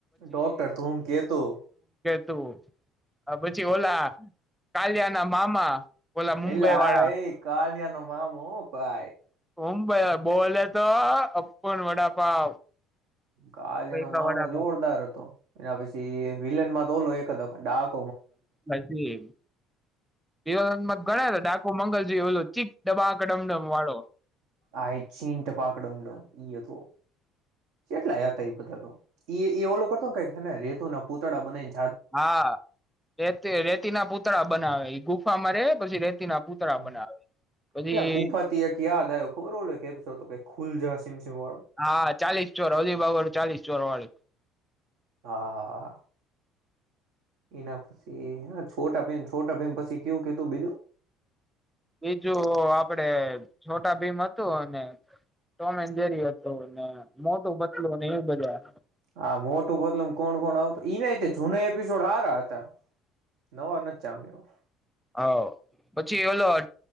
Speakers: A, on the right; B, in the centre.
A: ડોક્ટર તમ કે તો.
B: તો પછી ઓલા કાલિયા ના મામા ઓલા મુંબઈ
A: એટલે હા
B: વાળા.
A: એ કાલિયા નો મામો હ પાય.
B: ઓમ બા બોલ તો અપન વડાપાવ
A: કાલનો
B: પૈસા
A: મામો
B: વડાપાવ
A: જોરદાર હતો એના પછી વિલન માં તો ને. કદક ડાક
B: <unintelligible> ગણા હતા ડાકુ મંગલજી એલું. ચીક ડબાક ડમડમ વાળો
A: આઈ છીંન્ટ પાકડોમ ડમ ઈયો તો. કેટલાયા હતા એ બધા તો એ ઓલો કરતો ને કઈને રેતો ના પૂતળા બનાઈ
B: હા એતે રેતી ના પૂતળા બનાવે એ ગુફામાં રે ઓલી રેતીના પૂતળા
A: હ
B: બનાવે પછી
A: એટલે ગુફાથી એક યાદ આવ્યો ખબર ઓય કેતો હતો કે ખુલ જા સિમ-સિમ વાળો?
B: હા ચાલીસ ચોર અલીબાગ ચાલીસ ચોર વાળી
A: હા હા હ હા એના પછી હ છોટાભીમ છોટભીમ પછી કેવું કીધું બીજું?
B: બીજું આપડે છોટા ભીમ હતું અને ટોમ એન્ જેરી હતું મોટું બતલું એવું બધા.
A: હા મોટું પતલું કોણ કોણ આવતું ઈ ના જૂના એપિસોડ હારા હતા નવા નથ જામ્યા.
B: હા પછી એલો